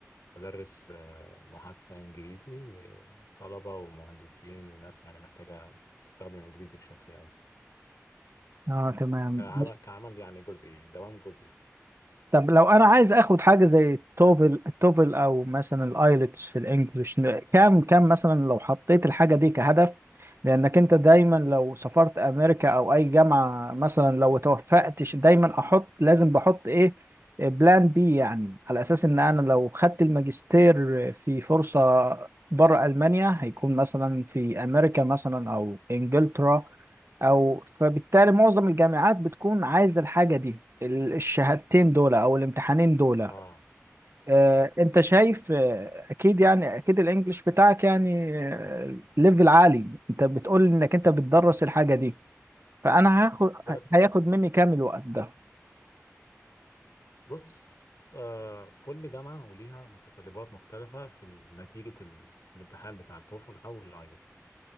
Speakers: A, on the left; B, on the right.
A: بدرس آه، محادثة انجليزي لطلبة ومهندسين وناس يعني محتاجة تستخدم الانجليزي بشكل يومي
B: اه تمام
A: كعمل كعمل يعني جزئي دوام جزئي
B: طب لو انا عايز اخد حاجه زي التوفل التوفل او مثلا الايلتس في الانجليش كام كام مثلا لو حطيت الحاجه دي كهدف لانك انت دايما لو سافرت امريكا او اي جامعه مثلا لو توفقتش دايما احط لازم بحط ايه بلان بي يعني على اساس ان انا لو خدت الماجستير في فرصه بره المانيا هيكون مثلا في امريكا مثلا او انجلترا او فبالتالي معظم الجامعات بتكون عايزه الحاجه دي ال- الشهادتين دول او الامتحانين دول
A: اه
B: آه،
A: صح
B: انت شايف آه، اكيد يعني اكيد الانجليش بتاعك يعني آه، ليفل عالي انت بتقول انك انت بتدرس الحاجه دي فانا هاخد
A: بدرس
B: هياخد مني كام الوقت ده
A: بص آه كل جامعة وليها متطلبات مختلفة في نتيجة ال- الامتحان بتاع التوفل أو الآيلتس